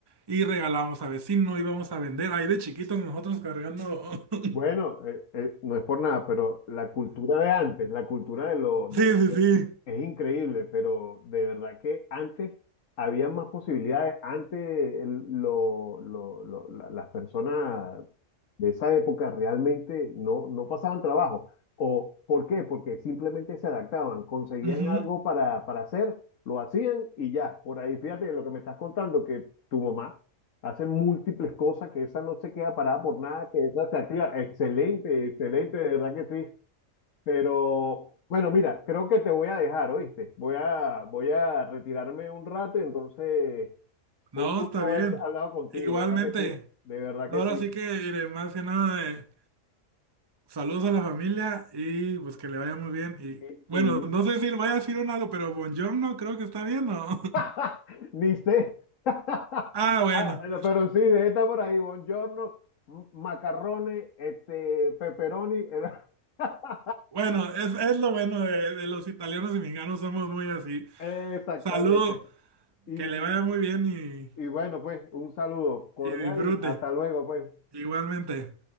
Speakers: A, on the right (about 20°); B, on the left (about 80°).
A: y regalábamos a vecino, íbamos a vender, ahí de chiquitos nosotros cargando, <laughs>
B: Bueno, eh, eh, no es por nada, pero la cultura de antes, la cultura de lo de,
A: sí, sí,
B: de-
A: sí,
B: es increíble, pero de verdad que antes había más posibilidades. Antes el- lo- lo- lo- la- las personas de esa época realmente no, no pasaban trabajo. ¿O por qué? Porque simplemente se adaptaban, conseguían
A: Ujú.
B: algo para, para hacer, lo hacían y ya. Por ahí, fíjate lo que me estás contando, que tu mamá Hace múltiples cosas, que esa no se queda parada por nada, que esa se activa. Excelente, excelente, de verdad que sí. Pero bueno, mira, creo que te voy a dejar, ¿oíste? Voy a, voy a retirarme un rato y entonces
A: No,
B: fue un gusto
A: está bien,
B: haber hablado contigo,
A: igualmente.
B: de verdad que sí, de verdad
A: Ahora
B: que sí.
A: sí que iré más que nada de saludos a la familia y pues que le vaya muy bien. Y
B: Y,
A: bueno,
B: y-
A: no sé si le vaya a decir un algo, pero buongiorno creo que está bien, ¿no? <laughs>
B: <laughs> ni sé. <laughs>
A: Ah, bueno.
B: Ah, no, Pero sí, de esta por ahí, buongiorno, m- macarrones, este, pepperoni. <laughs>
A: Bueno, es, es lo bueno de, de los italianos y mexicanos, somos muy así.
B: Exactamente.
A: Saludo,
B: Y,
A: que le vaya muy bien y,
B: Y bueno, pues un saludo cordial
A: y disfrute.
B: y hasta luego, pues.
A: Igualmente.